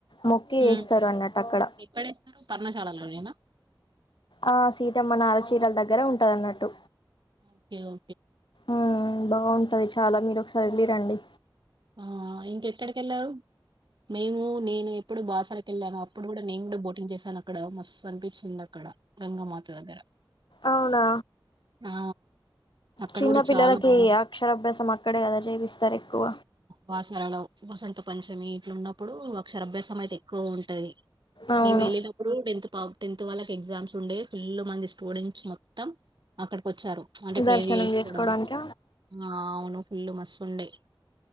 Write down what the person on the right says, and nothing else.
ఉమ్
ఎక్కడేస్తారు పర్ణశాలల్లోనేన
ఓకే ఓ
ఆ ఇంకెక్కడికెళ్ళారు మేము నేను ఇప్పుడు బాసరకెళ్ళాను అప్పుడు కూడా నేను కూడా బోటింగ్ జేశాను అక్కడ మస్తు అనిపించింది అక్కడ గంగమాత దగ్గర
ఆ! అక్కడ
గూడా
చాలా బావుం
వాసరలో వసంత పంచమి ఇట్లు ఉన్నప్పుడు అక్షర అభ్యాసం అయితే ఎక్కువ ఉంటది
మేము ఎళ్ళినప్పుడు డెంత్ పామ్ టెన్త్ వాళ్ళకి ఎగ్జామ్స్ ఉండేయ ఫుల్లు మంది స్టూడెంట్స్ మొత్తం అక్కడికి ఒచ్చారు అంటే ప్రేర్
చేసుకోవడానికి
ఆ అవును ఫుల్ మ సండే